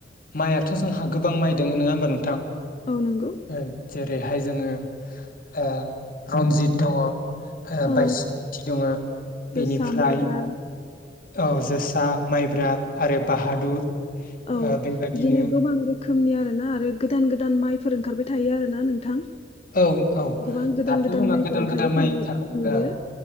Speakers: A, on the left; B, on the left.
A: माइयाथ' जोंहा गोबां माइ दोङो नोङा होमबा नोंथां?
B: औ नंगौ
A: ओं जेरै हाय जोङो ओ रनजित दङ ओ
B: औ
A: बायसुमुथि दङो
B: जोसा
A: बेनिफ्राय
B: माइब्रा
A: औ जोसा माइब्रा आरो बाहादुर
B: औ
A: ओ बेबायदिनो
B: बिदिनो गोबां रो खोमनि आरोना आरो गोदान गोदान माइफोर ओंखारबाय थायो आरोना नोंथां।
A: औ औ
B: गोबां गोदान
A: दाथ' जोंहा
B: माइफोर
A: गोदान
B: ओंखारबाय
A: गोदान माइ
B: थानाय
A: ओंखार
B: नुयो
A: औ